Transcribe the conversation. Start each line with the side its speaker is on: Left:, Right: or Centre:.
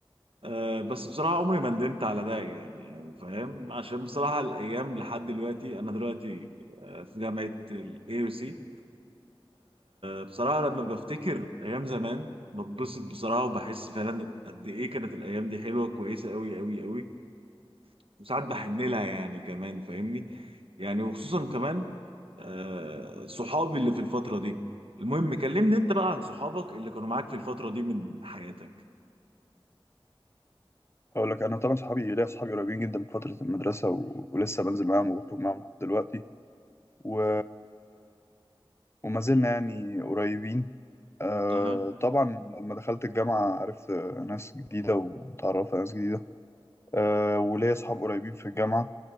Right: آه، بس بصراحه عمري ما ندمت على ده يعني يعني فاهم عشان بصراحه الايام لحد دلوقتي انا دلوقتي آه، في جامعه الاي يو سي بصراحه لما بفتكر ايام زمان بتبسط بصراحه وبحس فعلا قد ايه كانت الايام دي حلوه كويسه قوي قوي قوي وساعات بحن لها يعني كمان فاهمني يعني وخصوصا كمان آه، صحابي اللي في الفترة دي المهم كلمني انت بقى عن صحابك اللي كانوا معاك في الفترة دي من حياتك
Left: اقول لك انا طبعا صحابي ليا صحابي قريبين جدا من فتره المدرسه و... ولسه بنزل معاهم وبخرج معاهم لحد دلوقتي و... وما زلنا يعني قريبين أه
Right: اها
Left: طبعا لما دخلت الجامعة عرفت ناس جديدة وتعرفت على ناس جديدة أه وليا أصحاب قريبين في الجامعة